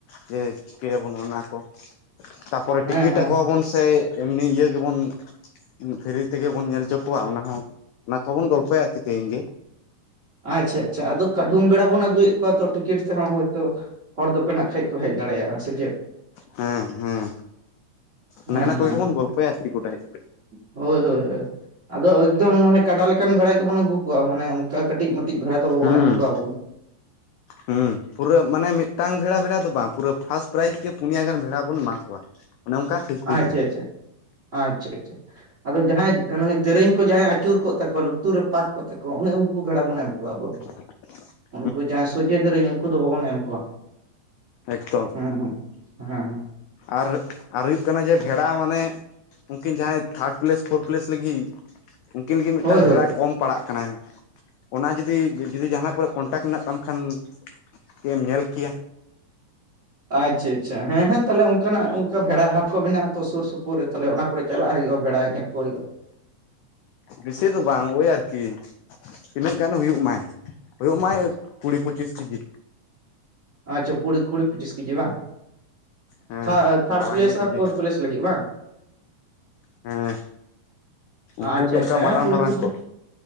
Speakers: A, on the left; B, on the right.
A: ᱡᱮ ᱪᱤᱠᱟᱹᱭᱟᱵᱚᱱ ᱚᱱᱟ ᱠᱚ, ᱛᱟᱯᱚᱨᱮ
B: ᱦᱮᱸ
A: ᱴᱤᱠᱤᱴ
B: ᱦᱮᱸ
A: ᱟᱠᱚᱣᱟ ᱵᱚᱱ ᱥᱮ ᱮᱢᱱᱤ ᱤᱭᱟᱹ ᱜᱮᱵᱚᱱ ᱯᱷᱨᱤ ᱛᱮᱜᱮ ᱵᱚᱱ ᱧᱮᱞ ᱦᱚᱪᱚ ᱠᱚᱣᱟ ᱚᱱᱟ ᱦᱚᱸ ᱚᱱᱟ ᱠᱚᱦᱚᱸ ᱵᱚᱱ ᱜᱚᱞᱯᱚᱭᱟ ᱟᱹᱨᱠᱤ ᱛᱮᱦᱤᱧ ᱜᱮ᱾
B: ᱟᱪᱪᱷᱟ ᱟᱪᱪᱷᱟ ᱟᱫᱚ ᱠᱟᱹᱰᱷᱩᱢ ᱵᱷᱮᱲᱟ ᱵᱚᱱ ᱟᱹᱜᱩᱭᱮᱫ ᱠᱚᱣᱟ ᱛᱚ ᱴᱤᱠᱤᱴ ᱛᱮᱦᱚᱸ ᱦᱳᱭ ᱛᱚ ᱦᱚᱲ ᱫᱚᱠᱚ ᱱᱟᱜ ᱠᱷᱟᱡ ᱠᱚ ᱦᱮᱡ ᱫᱟᱲᱮᱭᱟᱜᱼᱟ ᱥᱮ ᱪᱮᱫ᱾
A: ᱦᱮᱸ ᱦᱮᱸ
B: ᱦᱮᱸ
A: ᱚᱱᱮ ᱚᱱᱟ ᱠᱚᱜᱮ
B: ᱦᱮᱸ
A: ᱵᱚᱱ ᱜᱚᱞᱯᱚᱭᱟ ᱟᱨᱠᱤ ᱜᱚᱴᱟ ᱦᱮᱡ ᱠᱟᱛᱮ
B: ᱦᱳᱭ ᱦᱳᱭ ᱦᱳᱭ ᱟᱫᱚ ᱮᱠᱫᱚᱢ ᱢᱟᱱᱮ ᱠᱟᱰᱟ ᱞᱮᱠᱟᱱ ᱵᱮᱷᱟᱲᱟ ᱜᱮᱵᱚᱱ ᱟᱹᱜᱩ ᱠᱚᱣᱟ ᱢᱟᱱᱮ ᱠᱟᱹᱴᱤᱡ ᱢᱟᱴᱤᱡ ᱵᱷᱮᱲᱟ ᱫᱚ ᱵᱟᱵᱚᱱ
A: ᱦᱩᱸ
B: ᱮᱢ ᱠᱚᱣᱟ ᱟᱵᱚ᱾
A: ᱦᱩᱸ᱾ ᱯᱩᱨᱟᱹ ᱢᱟᱱᱮ ᱢᱤᱜᱴᱟᱝ ᱵᱷᱮᱲᱟ ᱵᱷᱮᱲᱟ ᱫᱚ ᱵᱟᱝ ᱯᱩᱨᱟᱹ ᱯᱷᱟᱥ ᱯᱨᱟᱭᱤᱡ ᱜᱮ ᱯᱩᱱᱭᱟ ᱜᱟᱱ ᱵᱷᱮᱲᱟ ᱵᱚᱱ ᱮᱢᱟ ᱠᱚᱣᱟ᱾ ᱢᱟᱱᱮ ᱚᱱᱠᱟ ᱴᱷᱤᱠ ᱦᱩᱭ
B: ᱟᱪᱪᱷᱟ
A: ᱠᱟᱱᱟ
B: ᱟᱪᱪᱷᱟ ᱟᱪᱪᱷᱟ ᱟᱪᱪᱷᱟ᱾ ᱟᱫᱚ ᱡᱟᱦᱟᱸᱭ ᱟᱹᱱᱟᱹᱝᱮ ᱫᱮᱨᱮᱧ ᱠᱚ ᱡᱟᱦᱟᱸᱭ ᱟᱜ ᱟᱹᱪᱩᱨ ᱠᱚᱜ ᱛᱟᱠᱚᱣᱟ ᱞᱩᱛᱩᱨ ᱨᱮ ᱯᱟᱨᱠ ᱠᱚᱜ ᱛᱟᱠᱚᱣᱟ ᱩᱱᱤ ᱩᱱᱠᱩ ᱵᱷᱮᱲᱟ ᱢᱟᱱᱮ ᱵᱚᱣᱟ ᱠᱚᱣᱟ
A: <unintelligible>
B: ᱩᱱᱠᱩ ᱡᱟᱦᱟᱸᱭ ᱥᱚᱡᱷᱮ ᱫᱮᱨᱮᱧ ᱩᱱᱠᱩ ᱫᱚ ᱵᱟᱵᱚᱱ ᱮᱢ ᱠᱚᱣᱟ᱾
A: ᱮᱠᱫᱚᱢ᱾
B: ᱦᱩᱸ ᱦᱩᱸ, ᱦᱩᱸ ᱦᱩᱸ᱾
A: ᱟᱨ ᱟᱨ ᱦᱩᱭᱩᱜ ᱠᱟᱱᱟ ᱡᱮ ᱵᱷᱮᱲᱟ ᱢᱟᱱᱮ, ᱩᱱᱠᱤᱱ ᱡᱟᱦᱟᱸᱭ ᱛᱷᱟᱲ ᱯᱞᱮᱥ ᱯᱷᱳᱨ ᱯᱞᱮᱥ ᱞᱟᱹᱜᱤᱜ ᱩᱱᱠᱤᱱ ᱜᱤ ᱢᱤᱜᱴᱟᱝ
B: ᱦᱳᱭ
A: ᱵᱷᱮᱲᱟ
B: ᱦᱳᱭ
A: ᱠᱚᱢ ᱯᱟᱲᱟᱜ ᱠᱟᱱᱟᱭ᱾ ᱚᱱᱟ ᱡᱩᱫᱤ ᱡᱩᱫᱤ ᱡᱟᱦᱟᱱᱟᱜ ᱠᱚᱨᱮ ᱠᱚᱱᱴᱟᱠ ᱢᱮᱱᱟᱜ ᱛᱟᱢ ᱠᱷᱟᱱ ᱠᱟᱹᱡ ᱮᱢ ᱧᱮᱞ ᱠᱮᱭᱟ᱾
B: ᱟᱪᱪᱷᱟ ᱟᱪᱪᱷᱟ ᱦᱮᱸ ᱦᱮᱸ ᱛᱟᱞᱦᱮ ᱚᱱᱠᱟᱱᱟᱜ ᱚᱱᱠᱟ ᱵᱷᱮᱲᱟ ᱦᱟᱴ ᱠᱚ ᱢᱮᱱᱟᱜ-ᱟ ᱛᱚ ᱥᱳᱨ ᱥᱩᱯᱩᱨ ᱨᱮ᱾ ᱛᱟᱦᱞᱮ ᱚᱱᱟ ᱠᱚᱨᱮ ᱪᱟᱞᱟᱜ ᱦᱩᱭᱩᱜ-ᱟ ᱵᱷᱮᱲᱟᱭ ᱧᱮᱧ ᱠᱚ ᱦᱩᱭᱩᱜ-ᱟ᱾
A: ᱵᱤᱥᱤ ᱫᱚ ᱵᱟᱝ ᱳᱭ ᱟᱨᱠᱤ᱾ ᱛᱤᱱᱟᱹᱜ ᱜᱟᱱ ᱦᱩᱭᱩᱜ ᱢᱟᱭ ᱦᱳᱭᱳᱜ ᱢᱟᱭ ᱠᱩᱲᱤ ᱯᱚᱸᱪᱤᱥ ᱠᱤᱡᱤ᱾
B: ᱟᱪᱪᱷᱟ ᱯᱩᱲᱤ ᱠᱩᱲᱤ ᱯᱚᱸᱪᱤᱥ ᱠᱤᱡᱤ ᱵᱟ᱾
A: ᱦᱮᱸ
B: ᱛᱷᱟ ᱛᱷᱟᱲ
A: ᱢᱟᱨᱟᱝ
B: ᱯᱞᱮᱥ
A: ᱧᱚᱜ
B: ᱟᱨ
A: ᱜᱮ
B: ᱯᱳᱨ ᱯᱞᱮᱥ ᱞᱟᱹᱜᱤᱜ ᱵᱟᱝ?
A: ᱦᱮᱸ ᱩᱱᱠᱩ
B: ᱟ ᱟᱪᱪᱷᱟ
A: ᱜᱮ ᱚᱱᱠᱟ
B: ᱟᱪᱪᱷᱟ
A: ᱢᱟᱨᱟᱝ
B: ᱦᱮᱸ ᱠᱩᱲᱤ
A: ᱢᱟᱨᱟᱝ
B: ᱯᱩᱸᱪᱤᱥ
A: ᱠᱚ